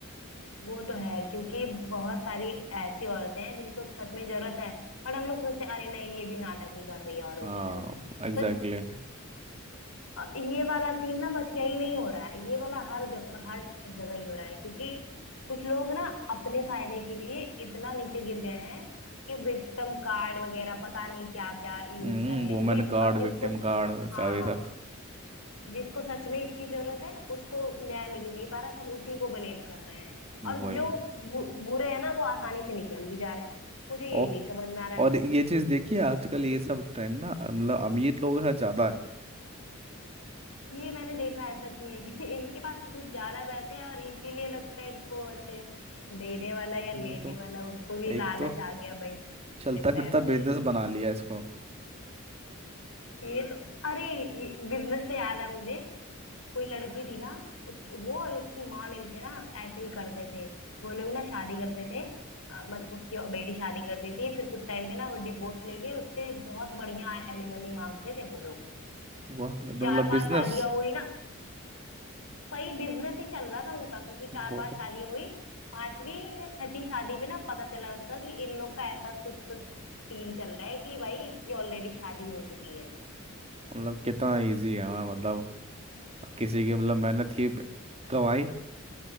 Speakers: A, on the left; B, on the right.
A: वो तो है क्योंकि बहुत सारी ऐसी औरतें हैं जिनको सच में जरूरत है और हम लोग सोचते हैं अरे नहीं ये भी नाटक ही कर रही है औरों
B: हाँ
A: की तरह
B: exactly
A: तो अ, ये वाला सीन ना बस यही नहीं हो रहा है ये वाला हर जगह हर जगह ही हो रहा है क्योंकि कुछ लोग ना अपने फायदे के लिए इतना नीचे गिर गए हैं कि विक्टिम कार्ड वगैरह पता नहीं क्या क्या यूज
B: हम्म
A: कर
B: Women
A: लेंगे
B: card
A: और जिसको
B: victim card सब
A: हाँ
B: ये सब
A: जिसको सच में इसकी जरूरत है उसको न्याय मिल ही नहीं पा रहा सब उसी को ब्लेम कर रहे हैं और
B: वही
A: जो बु, बुरे हैं ना वो आसानी से निकल भी जा रहे हैं मुझे
B: ओ
A: यही नहीं समझ में आ रहा है
B: और ये चीज देखिए आजकल ये सब ट्रेंड ना मतलब अमीर लोग है ज्यादा है
A: ये मैंने देखा है सच में कि <laughs> इनके पास कुछ ज्यादा पैसे हैं और इसीलिए लगता है इनको ऐसे देने वाला या
B: मैं
A: लेने
B: तो
A: वाला उनको भी
B: एक
A: लालच
B: तो
A: आ गया भाई इतने
B: चलता
A: पैसे
B: फिरता बिजनेस
A: हैं
B: बना लिया इसको
A: ये तो अरे बिजनेस से याद है मुझे कोई लड़की थी ना उसकी वो और उसकी माँ मिलके ना ऐसे ही करते थे वो लोग ना शादी करते थे अ, मत उसकी बेटी शादी करती थी फिर कुछ टाइम पे ना वो डिवोर्स लेके उससे बहुत बढ़िया एलिमनी मांगते थे वो लोग
B: वाह ये तो
A: चार
B: मतलब
A: पांच
B: बिजनेस
A: शादियां हुई ना वही बिजनेस ही चल रहा था उनका क्योंकि
B: बहुत
A: चार बार शादी हुई पांचवी या छठी शादी पे ना पता चला उसका कि इन लोग का ऐसा कुछ कुछ सीन चल रहा है कि भाई इसकी ऑलरेडी शादी हो चुकी है
B: मतलब कितना इजी है हाँ मतलब किसी की मतलब मेहनत की कमाई